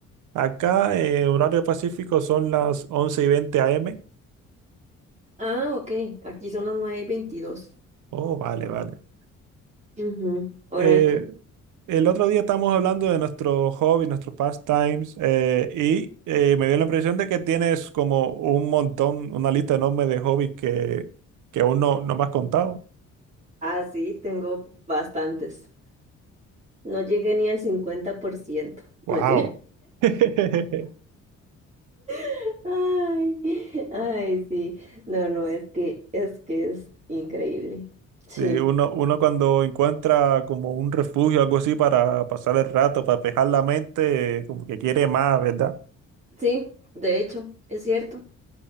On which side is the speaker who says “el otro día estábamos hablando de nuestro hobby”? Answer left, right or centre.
Right